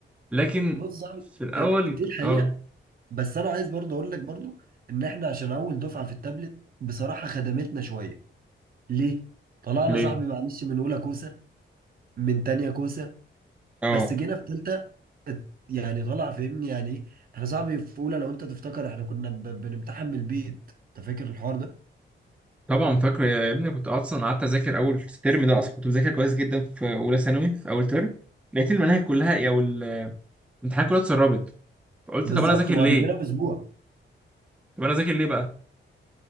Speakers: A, in the centre; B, on the right (about 45°).
A: لكن
B: بص صاحبي
A: في الاول
B: أه، دي الحقيقه
A: اه
B: بس انا عايز برضه اقول لك برضه ان احنا عشان اول دفعه في التابلت بصراحه خدمتنا شويه ليه طلعنا
A: ليه
B: صاحبي معلش من اولى كوسه من تانية كوسه
A: اه
B: بس جينا في تالتة ات- يعني طلع فاهمني يعني ايه احنا صاحبي في اولى لو انت تفتكر احنا كنا ب- بنمتحن من البيت انت فاكر الحوار ده
A: طبعا فاكره يا ابني كنت اصلا قعدت اذاكر اول ترم ده اصلا كنت بذاكر كويس جدا في اولى ثانوي في اول ترم لقيت المناهج كلها او الامتحانات كلها اتسربت فقلت
B: بالظبط
A: طب انا اذاكر
B: وقبل
A: ليه؟
B: منها باسبوع
A: طب انا اذاكر ليه بقى؟